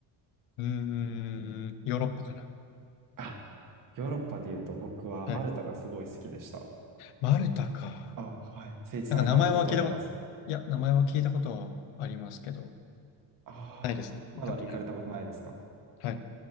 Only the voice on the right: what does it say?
あ、ヨーロッパで言うと僕はマルタがすごい好きでした。
あ、はい。誠一さん行かれたことあります。
ああ、
まだ行かれたことないですか